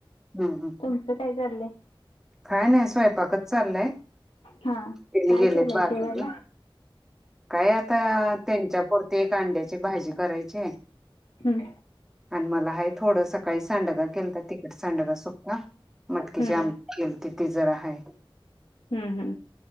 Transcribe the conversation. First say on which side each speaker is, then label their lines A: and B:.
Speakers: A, in the centre; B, on the left.
A: हा हा
B: तुमचं काय चाललंय?
A: काय नाही स्वयंपाकच चाललंय.
B: हा
A: हेनी
B: काय
A: गेलेत
B: केलंय
A: बाजाराला
B: जेवायला
A: काय आता, त्यांच्या पुुरती एक अंड्याची भाजी करायची.
B: हम्म
A: आणि मला हाय थोडं सकाळी सांडग केलत. तिखट सांडग सुख्ख मटकीची
B: हम्म
A: आम िती जर आहे
B: हम्म हम्म